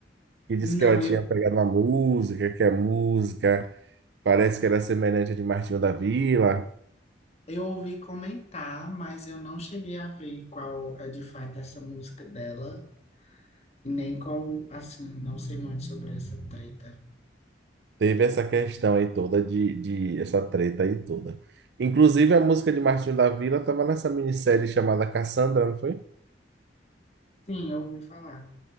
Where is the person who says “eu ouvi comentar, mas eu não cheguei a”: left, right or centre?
Left